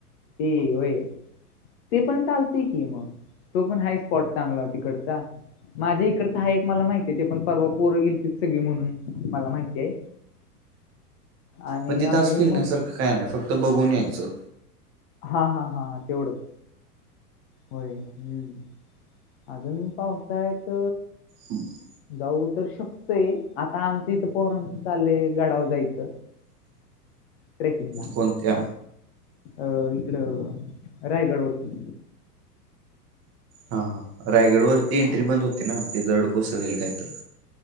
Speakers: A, on the left (about 45°); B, on the right (about 30°).
A: ते होय. ते पण चालते की मग. तो पण हाय स्पॉट चांगला तिकडचा, माझ्या इकडचा हा एक मला माहिती आहे ते पण परव पोरं गेल ते सगळी म्हणून मला माहिती आहे. आणि
B: पण तिथं
A: अजून
B: असं फिरण्यासारखं
A: मग
B: काय नाही फक्त बघून यायचं.
A: हा हा हा तेवढंच. होय, अजून पावसाळ्यात
B: हम् <inaudible>
A: जाऊ तर शकतोय आता आमचं इथं पोरांच चालय गडावर जायच, ट्रेकिंग ला.
B: कोणत्या
A: अ इकड रायगड वरती.
B: हा हा रायगडवरती एंट्री बंद होती ना, ते दरड कोसळहील काय तर